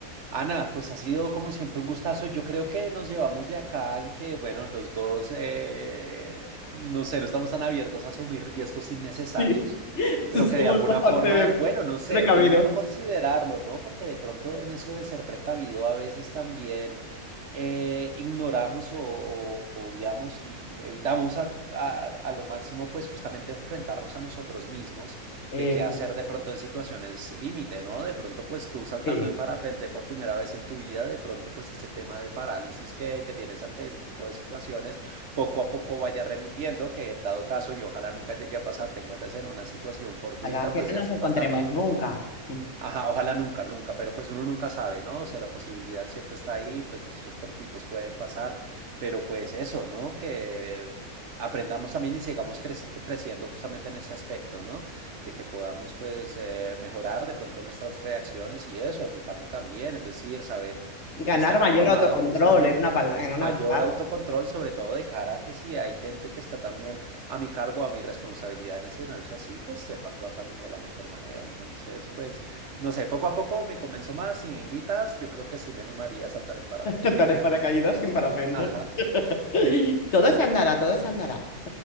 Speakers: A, on the right; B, on the left.
A: Ana, pues ha sido como siempre un gustazo. Yo creo que nos llevamos de acá en que, bueno, los dos, eh, no sé, no estamos tan abiertos a asumir riesgos innecesarios,
B: <laughs> <laughs> Somos
A: pero que de alguna
B: bastante
A: forma, bueno, no sé,
B: precavidos.
A: te invito a considerarlo, ¿no? Porque de pronto en eso de ser precavido a veces también eh, ignoramos o, o- obviamos y evitamos a, a a lo máximo, pues justamente enfrentarnos a nosotros mismos
B: Eso,
A: de qué hacer de pronto en situaciones límite, ¿no? De pronto, pues tú saltando
B: sí.
A: en parapente por primera vez en tu vida, de pronto, pues ese tema de parálisis que, que tienes ante ese tipo de situaciones, poco a poco vaya remitiendo, que dado caso y ojalá nunca llegue a pasar, te encuentres en una situación fortuita,
B: Ojalá que
A: pues
B: no
A: ya
B: nos
A: sepas
B: encontremos
A: también cómo,
B: nunca. <laughs>
A: Ajá, ojalá nunca, nunca, pero pues uno nunca sabe, ¿no? O sea, la posibilidad siempre está ahí,
B: Sí.
A: pues los hechos fortuitos pueden pasar, pero pues eso, ¿no? Que aprendamos también y sigamos crec- creciendo justamente en ese aspecto, ¿no? De que podamos pues eh, mejorar de pronto nuestras reacciones y eso, mi parte también, es decir, saber
B: Ganar
A: estar
B: mayor
A: aplomado
B: autocontrol
A: justamente,
B: en una, pala- en una
A: mayor
B: frase.
A: autocontrol, sobre todo de cara a que si hay gente que está también a mi cargo, a mi responsabilidad en escenarios así, pues sepa actuar también de la mejor manera. Entonces, pues... No sé, poco a poco me convenzo más. Si me invitas, yo creo que sí me animaría a saltar en parapente.
B: <laughs> Saltar en paracaídas sin parapente.
A: <laughs> Ajá,
B: <laughs> Todo se andará, todo se andará.